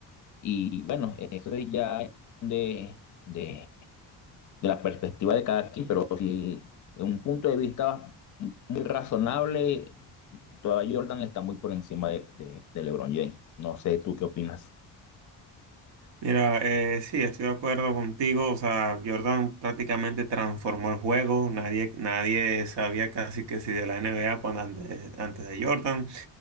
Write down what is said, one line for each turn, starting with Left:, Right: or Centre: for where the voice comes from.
Left: Y bueno, eso es ya de, de, de la perspectiva de cada quien, pero si en un punto de vista muy razonable, todavía Jordan está muy por encima de, de, de LeBron James. No sé tú qué opinas.
Right: Mira, eh, sí, estoy de acuerdo contigo. O sea, Jordan prácticamente transformó el juego. Nadie, nadie sabía casi que si de la NBA cuando antes, antes de Jordan.